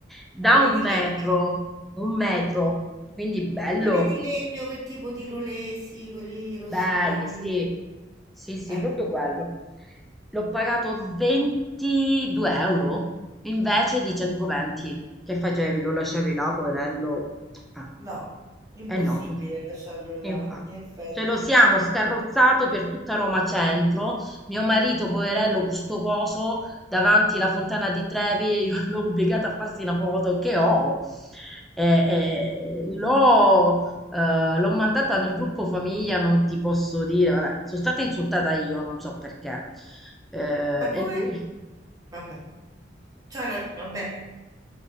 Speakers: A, in the centre; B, on the right.
A: da
B: quelli
A: un
B: di
A: metro,
B: legno.
A: un metro, quindi bello,
B: Quelli di legno, che tipo di rolesi, quelli rossi
A: belli,
B: bianchi.
A: sì, sì, sì,
B: Eh,
A: proprio
B: ok.
A: quello. L'ho pagato 22 euro invece di 120 che facevi, lo lasciavi là, poverello. Ah,
B: No, impossibile
A: eh no.
B: lasciarlo là,
A: Infatti,
B: in effetti.
A: ce lo siamo scarrozzato per tutta Roma Centro. Mio marito, poverello, con sto coso davanti la fontana di Trevi, <laughs> io l'ho obbligato a farsi una foto che ho. E- e l'ho eh, l'ho mandata nel gruppo famiglia, non ti posso dire. Vabbè, sono stata insultata io, non so perché. Eh,
B: Ma come...
A: e lui.
B: Vabbè, c'ho ragione, vabbè.